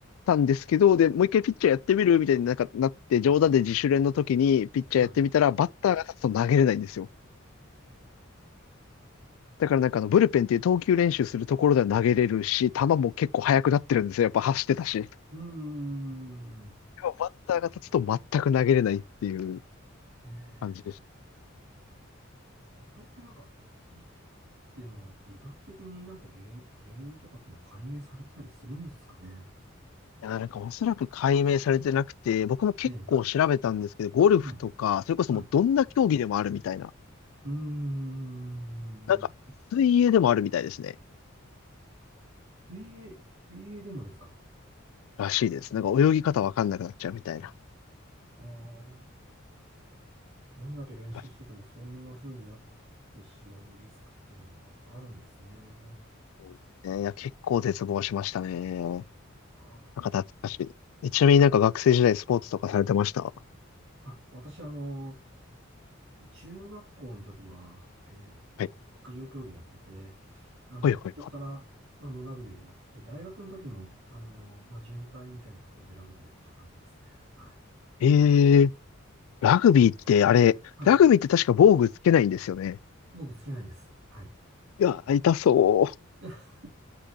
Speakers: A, on the left; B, on the right.
A: たんですけど、で、もう一回ピッチャーやってみるみたいになんかなって、冗談で自主練の時にピッチャーやってみたら、
B: はい。
A: バッターが立つと投げれないんですよ。だからなんかあの、ブルペンっていう投球練習するところでは投げれるし、球も結構速くなってるんですよ。やっぱ走ってたし。
B: うーん。
A: でもバッターが立つと全く投げれないっていう
B: ええ
A: 感じでした。
B: あれってなんか、いっていうのは医学的になんか原因、原因とかっていうのは解明されてたりするんですかね。
A: いや、なんかおそらく解明されてなくて、僕も結構調べたんですけど、
B: ええ、
A: ゴルフとか、
B: はい、
A: それこそもうどんな競技でもあるみたいな。
B: はい。うーん。
A: なんか、水泳でもあるみたいですね。
B: 水泳、水泳でもですか
A: らしいです。
B: あ
A: なんか泳ぎ方わかんなくなっちゃうみたいな。
B: あー、どんだけ練習しててもそんな風になってしまうリスクっていうのはあるんですね。
A: らしいですね、いや、結構絶望しましたね。な
B: あ
A: んか懐かしいです。えちなみになんか学生時代スポーツとかされてましたは
B: ーあ、私あの、中学校の時は、えーっと、
A: い。
B: 陸上競技やってて、あの、
A: はいはいは
B: ここから、あの、ラグビーをやって、大学の時も、あの、まあ、準隊みたいなところでラグビーやってた感じですね。はい。
A: い。えー、ラグビーってあれ、
B: はい。
A: ラグビーって確か防具つけないんですよね。
B: 僕つけないです。はい。
A: いや、痛そう。
B: <laughs>